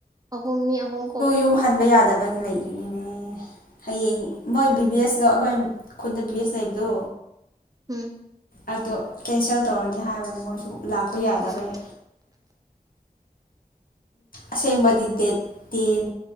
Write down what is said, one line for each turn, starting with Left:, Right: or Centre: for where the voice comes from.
Right: ꯑꯍꯨꯝ ꯃꯤ ꯑꯍꯨꯝ ꯀꯣ
Left: ꯌꯨꯝ ꯍꯟꯕ ꯌꯥꯗꯕꯒꯤ ꯂꯩꯔꯤꯅꯤꯅꯦ ꯍꯌꯦꯡ ꯃꯣꯏ ꯕꯤ ꯚꯤ ꯑꯦꯁꯇꯣ ꯑꯩꯈꯣꯏ ꯈꯨꯟꯗ ꯕꯤ ꯚꯤ ꯑꯦꯁ ꯂꯩꯕꯗꯣ
Right: ꯎꯝ
Left: ꯑꯗꯣ ꯀꯦꯟꯁꯦꯜ ꯇꯧꯔꯅꯤ ꯍꯥꯏꯕꯅꯤ ꯃꯣꯏꯁꯨ ꯂꯥꯛꯄ ꯌꯥꯗꯕꯩ
Right: ꯎꯝ
Left: ꯑꯁꯦꯡꯕꯗꯤ ꯗꯦꯠ ꯇꯦꯟ